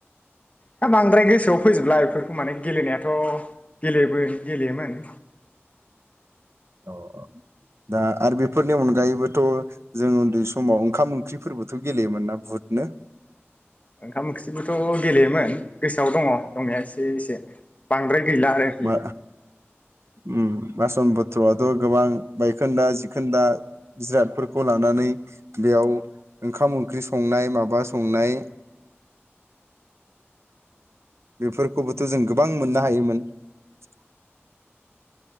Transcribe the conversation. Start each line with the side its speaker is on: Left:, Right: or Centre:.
Left: दा बांद्राय गोसोआव फैजोबला बेफोरखौ माने गेलेनायाथ' गेलेबो गेलेयोमोन
Right: औ औ दा आरो बेफोरनि अनगायैबोथ' जों उन्दै समाव ओंखाम ओंख्रिफोरबोथ' गेलेयोमोनना बुहुदनो
Left: ओंखाम ओंख्रिबोथ' गेलेयोमोन गोसोआव दङ दंनाया एसे एसे बांद्राय गैला आरो
Right: मा उम बासन बत्रआथ' गोबां बायखोन्दा जिखोन्दा जिरादफोरखौ लानानै बेयाव ओंखाम ओंख्रि संनाय माबा संनाय बेफोरखौबोथ' जों गोबां मोननो हायोमोन <unintelligible>